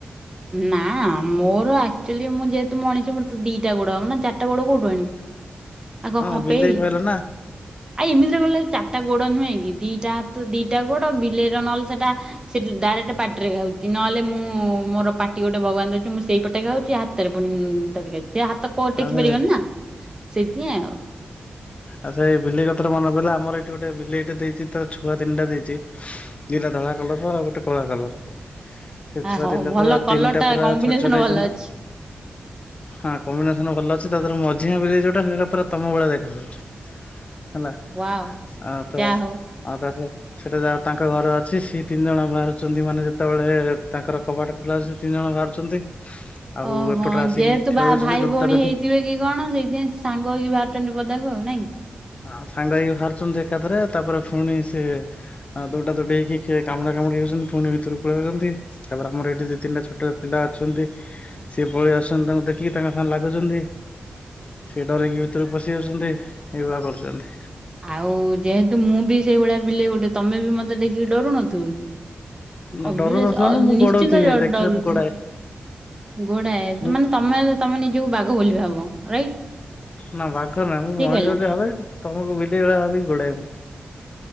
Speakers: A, on the right; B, on the left.
A: ନା ମୋର ଆକ ଚୁଲି ମୁଁ ଯେହେତୁ ମଣିଛି ମୋର ତ ଦିଟା ଗୋଡ ହବନା ଚାରିଟା ଗୋଡ କୋଉଠୁ ଆଣିବି? ଆଉ
B: ହଁ
A: କଣ
B: ବିଲେଇ
A: ଏଇ
B: କହିଲ ନା
A: ଆ ଏମିତିରେ ଗଲେ ଚାରିଟା ଗୋଡ ନୁହେଁ। ଦିଟା ହାତ ଦିଟା ଗୋଡ ବିଲେଇର ନହେଲେ ସେଟା ଡାଇରେକ୍ଟ ପାଟିରେ ଗାଉଛି ନହେଲେ ମୁଁ ମୁଁ ମୋର ପାଟି ଗୋଟେ ଭଗବାନ ରହୁଛି ମୁଁ ସେଇ ପଟେ ଗାଉଛି ହାତରେ ପୁଣି ଧରଛି। <unintelligible> ଟିକେ ହାତ କ ଅଟେକି
B: ଆରେ
A: ପାରିବନି ନା ସେଇଥିପାଇଁ ଆଉ।
B: ଆଛା ଏଇ ବିଲେଇ କଥାରୁ ମନେ ପିଲା ଆମର ଏଇଠି ଗୋଟେ ବିଲେଇଟ ଦେଇଛି ତାର ଛୁଆ ତିନିଟା ଦେଇଛି ଦିଇଟା ଧଳା କଲର ଆଉ ଗୋଟେ କଳା କଲର। ସେ
A: ଆଉ
B: ଛୁଆ
A: ହଁ
B: ତିନିଟା
A: ଭଲ
B: ପୁରା
A: କଲର
B: ତିନିଟା
A: ଟା
B: ପୁରା
A: କମ୍ବିନେସନ
B: ଛୋଟ ଛୋଟ ହେଇଛନ୍ତି
A: ଭଲ ଅଛି
B: ହଁ। <unintelligible> ଅଛି ତାରେ ମଝିଆ ବି ଯୋଉଟା ସେଟା ପା ତମ ଭଳିଆ ଦେଖାଯାଉଛି। ହେଲା
A: ୱାଓ
B: ଆଉ ତ
A: ଯାହା ହଉ।
B: ଆଉ ତା ସେ ସେଟା ଯ ତାଙ୍କ ଘର ଅଛି ସେ ତିନି ଜଣ ବାହାରୁଛନ୍ତି ମାନେ ଯେତେବେଳେ ତାଙ୍କର କବାଟ ଖୋଲା ସେ ତିନି ଜଣ ବାହାରୁଛନ୍ତି। ଆଉ
A: ଓହୋ
B: ଏପଟରେ ଆସିକି
A: ଯେହେତୁ
B: ଖେଳୁଛନ୍ତି
A: ବା ଭାଇ
B: ଦୌଟା
A: ଭଉଣୀ
B: ଦୌଟି
A: ହେଇଥିବେ କି କଣ ସେଇଥିପାଇଁ ସାଙ୍ଗ ହେଇକି ବାହାରୁଛନ୍ତି ପଦାକୁ ଆଉ ନାଇଁକି?
B: ହଁ ସାଙ୍ଗ ହେଇକି ବାହାରୁଛନ୍ତି ଏକାଥରେ ତାପରେ ପୁଣି ସିଏ ଦୌଡା ଦୌଡ଼ି ହେଇକି କାମୁଡା କାମୁଡି ଯାଉଛନ୍ତି ପୁଣି ଭିତରୁ ପଳେଇ ଆଉଛ। ତାପରେ ଆମର ଏଠି ଦି ତିନଟା ଛୋଟ ପିଲା ଅଛନ୍ତି ସେ ଭଳିଆ ଛନ୍ତି ତାଙ୍କୁ ଦେଖିକି ତାଙ୍କ ସାଙ୍ଗେ ଲାଗୁଛନ୍ତି। ସେ ଡରକି ଭିତରୁ ପଶି ଯାଉଛନ୍ତି। ଏ ଭଳିଆ କରୁଛନ୍ତି।
A: ଆଉ ଯେହେତୁ ମୁଁ ବି ସେଇଭଳିଆ ବିଲେଇ ଗୋଟେ ତମେ ବି ମତେ ଦେଖିକି ଡରୁନଥିବ କି?
B: ନା
A: ଅଭିଅସ
B: ଡର ନଥିବ
A: ଅଲ୍
B: ନା ମୁଁ
A: ନିଶ୍ଚିନ୍ତ
B: ଗୋଡ଼ଉଥିବି
A: ଜ
B: ଦେଖିଲେ
A: ଡରୁଥି
B: ମୁଁ ଗୋଡ଼ାଏ
A: ଗୋଡ଼ାଏ
B: ମୁଁ
A: ମାନେ ତମେ ତମ ନିଜକୁ ବାଘ ବୋଲି ଭାବ। ରାଇଟ୍
B: ନା ବାଘ ନାଇଁ ମୁଁ
A: ଠିକ
B: ମଣିଷ
A: କହିଲି ନା?
B: ବୋଲି ଭାବେ ତମକୁ ବିଲେଇ ଭଳିଆ ଭାବିକି ଗୋଡ଼ାଏ ମୁଁ